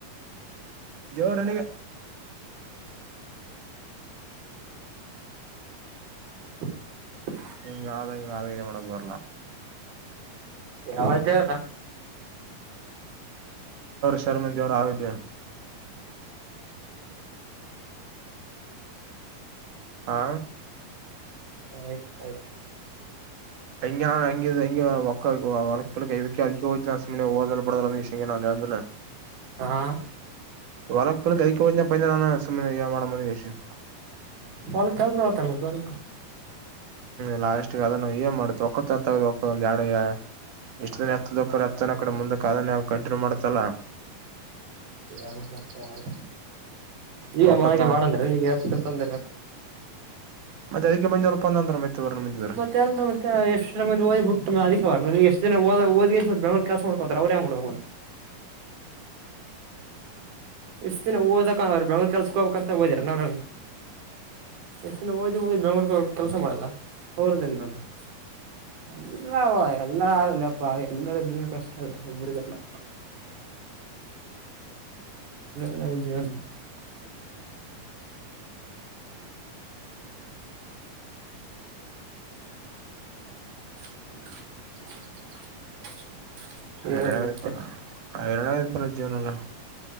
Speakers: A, on the right; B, on the right.
A: ಜೋರಣಿ ಹ
B: <unintelligible>
A: ಹೆಂಗ ಆದ ಇಂಗ ಆದಿಗೆ ಅವನಕ್ಕೆ ಬರಲಾ
B: ಯಾವಾಗಾವದ
A: ಶರ್ಮಂದ ದವರ ಆದ ಹಾ
B: ಆಯ್ತು ಆಯ್ತು
A: ಭಯ ಒ ವರ್ ಇದಕ್ಕೆ ಅಕ ನ ಸುಲ ಪಡದಲ್ಲಿ ನಾ ನಂದಿಲ್ಲ
B: ಹಾ
A: ವಳಕ್ ಪಲ್ ಕದಕ್ಕೆ ಹೋ ಪ ನಾನು ಸುಮ್ಮ ಮಾಡ ಯಷನೆ
B: ಒಲ್ ಕಲ್ಸ ಹತಾರೆ ಬರ
A: ಹ್ಮಸ್ ಅದನ್ನ ಏನ್ ಮಾಡುತ್ತ ಒಕ್ಕ ತಗ ಒಂದ ಎರಡು ಎಷ್ಟ ಹ ಹತ್ತದ ಹತ್ತನ ಕಡೆ ಮುಂದಕ್ಕೆ ಆದ ಕಂಟಿನ್ಯೂ ಮಾಡ್ತಲ್ಲ
B: ಅ ನ ಕಾಲ ಈಗ
A: ಒಕ್ಕತ್ತ
B: ಮಾಡಳಗ ಮಾಡಂದ್ರ ನೀ ತೊಂದ್ರ
A: ಮತ್ತೆ ಅದಕ್ಕೆ ಮಂ ಒಂದಂತ ಮತ್ತೆ ಇವ್ರನ್ನ ಬಂದಿದ್ರು
B: ಮತ್ತೆ ಅಲ್ ಮತ್ತೆ ಎಷ್ಟು ಜನ ಮಂದಿ ಓದ್ಬ ಬಿಟ್ಟಂದ್ರೆ ಅದಕ್ಕೆ ಬರಲ್ಲ ನೀ ಎಷ್ಟು ಓದ ಬೆಂಗಳೂರು ಕೆಲಸ ಮಾಡ್ಕೋ ಅವ್ರೇ ಮಾಡ ಮತ್ತ ಎಷ್ಟು ದಿನ ಓದಕ ಅವ್ರರು ಬೆಂಗಳೂರು ಕೆಲ್ಸ ಹೋಗಬೇಕಕ್ಂತ ಓದಿರ ನ ಅವ್ರ ಎಷ್ಟಿನ ಓದ್ ಓದ್ ಬೆರಗ ಕೆಲಸ ಮಾಡಲ್ಲ ಅವ್ರದ್ದನ್ ಮಾಡ್ಬೇಕು ಎಲ್ಲ ಎಲ್ಲಾರ ಆಗಲ್ಲಪ್ಪ ಎಲ್ಲರ ಜೀವ ಕಷ್ಟ ಆಗಲ್ಲ ಒಬ್ರರಿಗೆಲ್ಲ
A: <unintelligible>
B: ನ ಜೀವನ್ <unintelligible>
A: ಆನರ
B: ಮತ್ತೆ
A: ರೂಪಲ್ಲ ಆರಣಾಯರ ರೂಪಲ್ಲ ಜೀವನಲ್ಲ